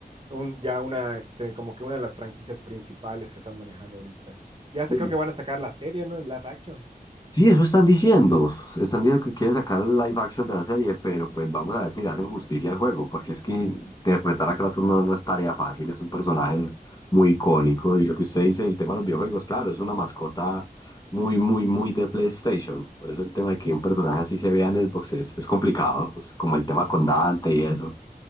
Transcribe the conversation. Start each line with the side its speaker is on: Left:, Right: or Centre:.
Right: un, ya una, este, como que una de las franquicias principales que están manejando ahorita. Y hasta
Left: Sí.
Right: creo que van a sacar la serie, ¿no? En live action.
Left: Sí, eso están diciendo. Están diciendo que quieren sacar el live action de la serie, pero pues vamos a ver si le hacen justicia al juego, porque es que interpretar a Kratos no, no es tarea fácil, es un personaje muy icónico. Y lo que usted dice, el tema de los videojuegos, claro, es una mascota muy, muy, muy de PlayStation. Por eso el tema de que un personaje así se vea en Xbox es, es complicado, pues como el tema con Dante y eso.